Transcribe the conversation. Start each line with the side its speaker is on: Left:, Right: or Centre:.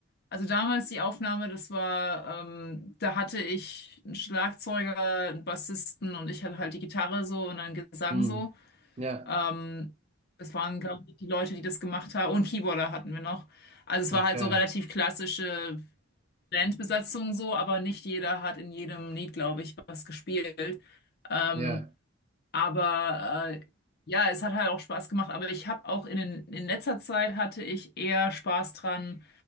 Left: also damals die Aufnahme, das war, ähm, da hatte ich einen Schlagzeuger, einen Bassisten und ich hatte halt die Gitarre so und dann Gesang
Right: Hm.
Left: so.
Right: Ja,
Left: Ähm, das waren, glaube ich, die Leute, die das gemacht haben. Und Keyboarder hatten wir noch. Also es
Right: okay.
Left: war halt so relativ klassische Bandbesetzung so, aber nicht jeder hat in jedem Lied, glaube ich, was gespielt. Ähm,
Right: Ja,
Left: aber äh, ja, es hat halt auch Spaß gemacht. Aber ich habe auch in, den- in letzter Zeit hatte ich eher Spaß dran,